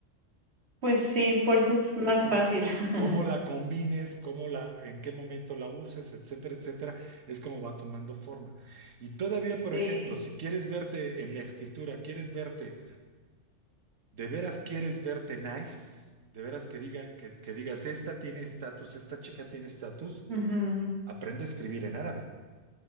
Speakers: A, on the right (about 55°); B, on the right (about 80°).
A: Pues sí, por eso es más
B: c-
A: fácil. <laughs>
B: cómo la combines, cómo la, en qué momento la uses, etcétera, etcétera, es como va tomando forma. Y todavía, por
A: Sí.
B: ejemplo, si quieres verte en la escritura, quieres verte, de veras quieres verte nice, de veras que digan, que, que digas, esta tiene estatus, esta chica tiene estatus,
A: Ujú.
B: aprende a escribir en árabe.